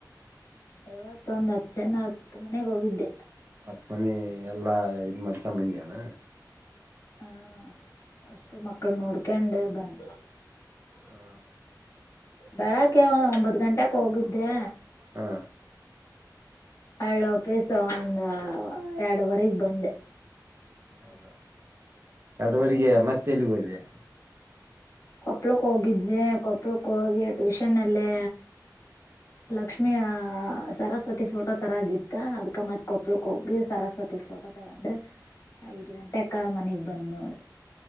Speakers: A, on the left; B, on the right.
A: ಐವತ್ ಒಂದ್ ಹತ್ ಜನ ಹತ್ ಮನೇಗ್ ಹೋಗಿದ್ದೆ.
B: ಹತ್ ಮನಿ ಎಲ್ಲಾ ಇದ್ ಮ್ಯಾಡ್ಕ್ಯಂಬಂದ್ ಏನ?
A: ಹ ಅಷ್ಟು ಮಕ್ಕಳ್ನ್ ನೋಡ್ಕ್ಯಂಡು ಬಂದೆ.
B: ಹಾ.
A: ಬೆಳಗ್ಗೆ ಒಂದ್ ಒಂಬತ್ ಗಂಟ್ಯಾಕ್ ಹೋಗಿದ್ ದೇ
B: ಹಾ.
A: ಅಳ್ಳೋ ಪೀಸೋ ಒಂದ್ ಎರಡೂವರೆಗ್ ಬಂದೆ.
B: ಹೌದಾ? ಎರಡೂವರಿಗ್ಯಾ,
A: ಹ್ಮ
B: ಮತ್ ಎಲ್ಲಿಗ್ ಹೋದೆ?
A: ಕೊಪ್ಳಕ್ ಹೋಗಿದ್ವಿ ಕೊಪ್ಳಕ್ ಹೋಗಿ ಟ್ಯೂಷನ್ ಅಲ್ಲಿ ಲಕ್ಷ್ಮಿ ಆ ಸರಸ್ವತಿ ಫೋಟೋ ತರದಿತ್ತ ಅದ್ಕ ಮತ್ ಕೊಪ್ಳಕ್ ಹೋಗಿ ಸರಸ್ವತಿ ಫೋಟೋ ತಗಂಡ ಐದ್ ಗಂಟೆಗ್ ಕಾ ಮನೀಗ್ ಬಂದ್ ನೋಡ್.